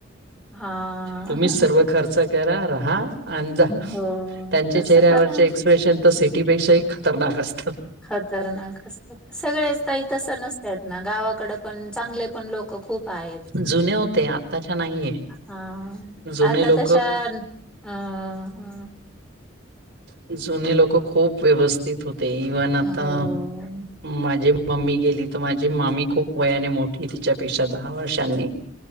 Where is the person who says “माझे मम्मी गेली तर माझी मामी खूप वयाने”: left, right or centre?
Right